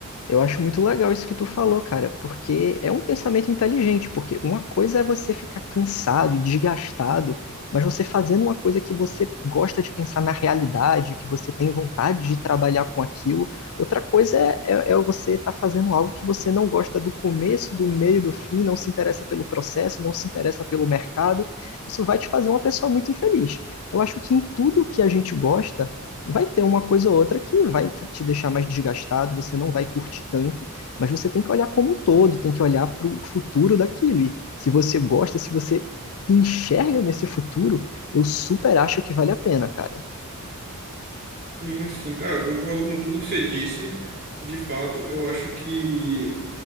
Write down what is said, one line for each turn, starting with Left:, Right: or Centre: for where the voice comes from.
Left: Eu acho muito legal isso que tu falou, cara, porque é um pensamento inteligente, porque uma coisa é você ficar cansado e desgastado, mas você fazendo uma coisa que você gosta de pensar na realidade, que você tem vontade de trabalhar com aquilo, outra coisa é, é- é você estar fazendo algo que você não gosta do começo, do meio, do fim, não se interessa pelo processo, não se interessa pelo mercado, isso vai te fazer uma pessoa muito infeliz. Eu acho que em tudo que a gente gosta, Vai ter uma coisa ou outra que vai te deixar mais desgastado, você não vai curtir tanto, mas você tem que olhar como um todo, tem que olhar para o futuro daquilo. E se você gosta, se você se enxerga nesse futuro, eu super acho que vale a pena, cara.
Right: Sim, sim, cara, eu concordo com tudo que você disse. De fato, eu acho que